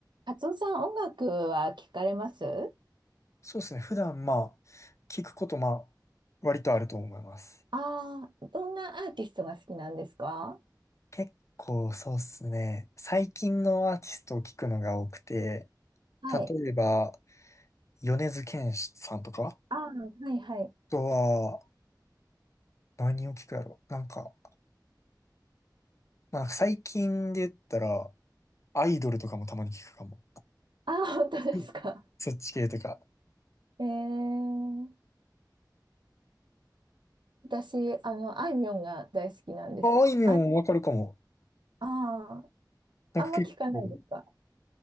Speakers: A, on the right; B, on the left.
A: カツオさん、音楽は聞かれます
B: そうですね。普段、まあ、聞くこと、まあ、割とあると思います。
A: ああー、どんなアーティストが好きなんですか
B: 結構、そうですね。最近のアーティストを聞くのが多くて、
A: はい。
B: 例えば、米津玄師さんとか、あ
A: ああ、はいはい。
B: とは、何を聞くやろなんか、まあ、最近で言ったら、アイドルとかもたまに聞くかも。
A: ああ、本当ですか。
B: うんそっち系とか。
A: ええー、私、あの、あいみょんが大好きなんです。
B: まあ、あいみょんわかるかも。
A: あ、あー、
B: なんか結構、
A: あんま聞かないですか